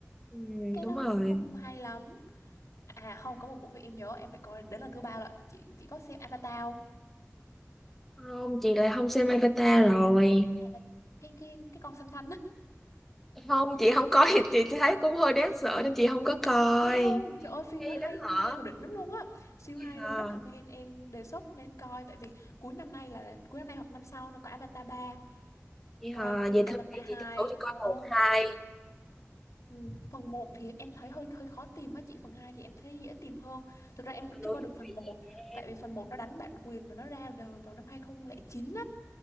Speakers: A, in the centre; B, on the left (about 75°).
A: ừ,
B: cái
A: đúng
B: nó
A: rồi
B: cũng không hay lắm à không có một bộ phim em nhớ em phải coi đến lần thứ ba lận chị chị có xem Avatar không
A: không chị lại không xem Avatar rồi
B: Avatar, cái cái cái con xanh xanh á
A: không chị không coi <laughs> chị thấy cũng hơi đáng sợ nên chị không có coi
B: Ơi không, trời ơi phim
A: ghê
B: đó hay
A: lắm hả
B: hay và đỉnh lắm luôn á. Siêu
A: vậy
B: hay
A: hả
B: luôn, recommend em đề xuất nên coi tại vì cuối năm nay là cuối năm nay hoặc năm sau nó có Avatar ba
A: vậy hả
B: coi phim
A: vậy
B: Avatar
A: thôi để
B: hai
A: chị tranh thủ cho coi
B: Ồ,
A: một hai
B: ừ, phần một thì em thấy hơi hơi khó tìm á chị, phần 2 thì em thấy dễ tìm hơn. Thực ra em vẫn
A: nội
B: chưa
A: dung
B: coi được phần
A: là
B: một
A: gì vậy?
B: tại vì phần một nó đánh bản quyền và nó ra đời vào năm 2009